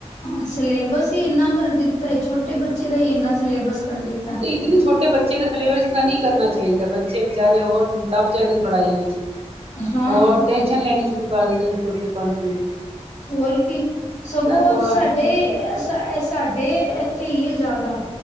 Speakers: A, on the left; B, on the right.
A: ਹੂੰ, ਸਿਲੇਬਸ ਹੀ ਇੰਨਾ ਕਰ ਦਿੱਤਾ ਏ, ਛੋਟੇ ਬੱਚੇ ਦਾ ਹੀ ਇੰਨਾ ਸਿਲੇਬਸ। ਕਰ ਦਿੱਤਾ
B: ਤੇ ਇਤਨੇ ਛੋਟੇ ਬੱਚੇ ਦਾ ਸਿਲੇਬਸ ਇਤਨਾ ਨਹੀਂ ਕਰਨਾ ਚਾਹੀਦਾ। ਬੱਚੇ ਵਿਚਾਰੇ ਹੋਰ ਦੱਬ ਜਾਂਦੇ ਨੇ, ਪੜ੍ਹਾਈ ਵਿੱਚ।
A: ਹੈ। ਹਾਂ
B: ਹੋਰ ਟੈਂਨਸ਼ਨ ਲੈਨੀ। ਸ਼ੁਰੂ ਕਰ ਦਿੰਦੇ ਨੇ, ਛੋਟੇ ਪੰ ਤੋ, ਈ।
A: ਹੋਰ ਕੀ, ਸਗੋਂ
B: ਥੋੜਾ
A: ਸਾਡੇ ਐ ਸਾਡੇ ਅਤੇ ਇੱਥੇ ਹੀ, ਇਹ ਜ਼ਿਆਦਾ